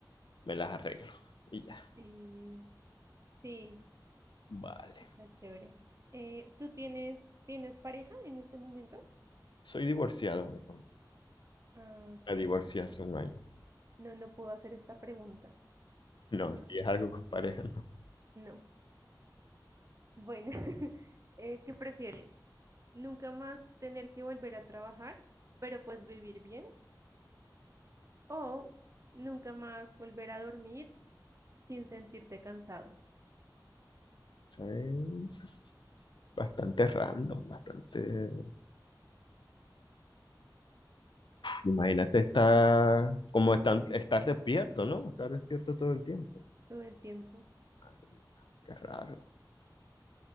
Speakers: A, on the left; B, on the right.
A: me las arreglo y ya.
B: Sí, sí,
A: Vale.
B: está chévere. Eh, ¿tú tienes, tienes pareja en este momento?
A: Soy divorciado, me,
B: Ah, ok.
A: me divorcié hace un año.
B: No, no puedo hacer esta pregunta.
A: No,
B: Mm,
A: si es algo
B: mm,
A: con pareja, no. O
B: No. Bueno, <laughs> eh, ¿qué prefieres? ¿Nunca más tener que volver a trabajar, pero pues vivir bien? O nunca más volver a dormir sin sentirte cansado
A: sea, es bastante random, bastante Imagínate estar como están, estar despierto, ¿no? Estar despierto todo el tiempo.
B: todo el tiempo.
A: Madre mía, qué raro.